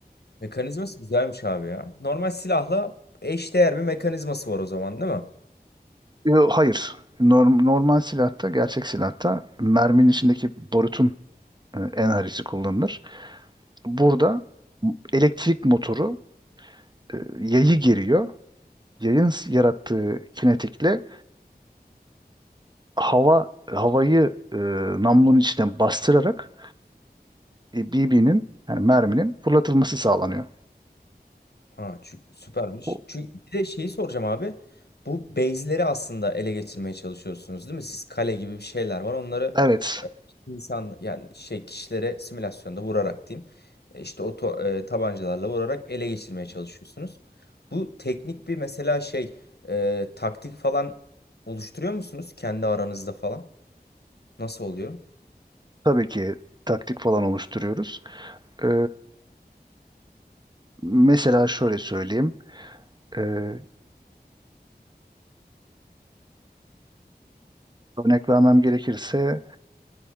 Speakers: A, on the left; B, on the right.
A: Mekanizması güzelmiş abi ya. Normal silahla eşdeğer bir mekanizması var o zaman değil mi?
B: Yo, hayır. Norm- normal silahta, gerçek silahta merminin içindeki barutun e, enerjisi kullanılır. Burada elektrik motoru e, yayı geriyor. Yayın yarattığı kinetikle hava havayı e, namlunun içine bastırarak e, BB'nin yani merminin fırlatılması sağlanıyor.
A: Ha, çünkü süpermiş.
B: Bu-
A: Çünkü bir de şeyi soracağım abi. Bu base'leri aslında ele geçirmeye çalışıyorsunuz değil mi? Siz kale gibi bir şeyler var. Onları
B: Evet,
A: insan yani şey kişilere simülasyonda vurarak diyeyim. E, İşte o to- e, tabancalarla vurarak ele geçirmeye çalışıyorsunuz. Bu teknik bir mesela şey e, taktik falan oluşturuyor musunuz kendi aranızda falan? Nasıl oluyor?
B: Tabii ki taktik falan oluşturuyoruz. Ee, mesela şöyle söyleyeyim. Ee, örnek vermem gerekirse